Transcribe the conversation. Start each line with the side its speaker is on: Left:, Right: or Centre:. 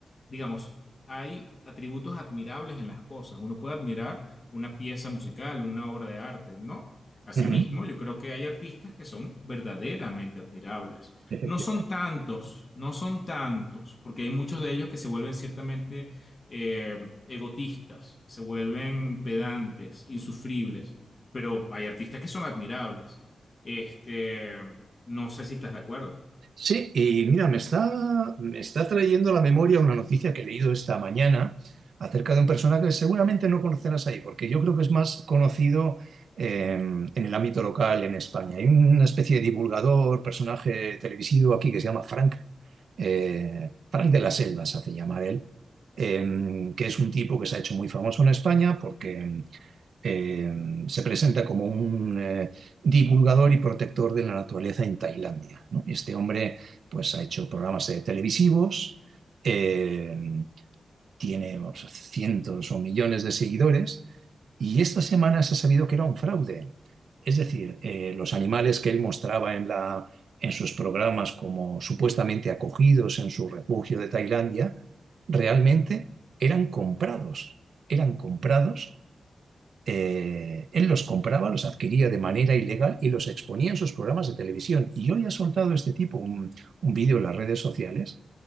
Left: digamos, hay atributos admirables en las cosas, uno puede admirar una pieza musical, una obra de arte, ¿no? Asimismo,
Right: Ujú.
Left: yo creo que hay artistas que son verdaderamente admirables.
Right: Efectivamente.
Left: No son tantos, no son tantos, porque hay muchos de ellos que se vuelven ciertamente eh, egotistas, se vuelven pedantes, insufribles, pero hay artistas que son admirables. Este, no sé si estás de acuerdo.
Right: Sí, y mira, me está, me está trayendo a la memoria una noticia que he leído esta mañana acerca de un personaje que seguramente no conocerás ahí, porque yo creo que es más conocido eh, en el ámbito local en España. Hay una especie de divulgador, personaje televisivo aquí que se llama Frank, eh, Frank de las Selvas, hace llamar él, eh, que es un tipo que se ha hecho muy famoso en España porque em, eh, se presenta como un eh, divulgador y protector de la naturaleza en Tailandia, ¿no? Este hombre pues, ha hecho programas eh, televisivos, eh, tiene o cientos o millones de seguidores y esta semana se ha sabido que era un fraude. Es decir, eh, los animales que él mostraba en la- en sus programas como supuestamente acogidos en su refugio de Tailandia, realmente eran comprados, eran comprados eh, él los compraba, los adquiría de manera ilegal y los exponía en sus programas de televisión. Y hoy ha soltado este tipo un, un vídeo en las redes sociales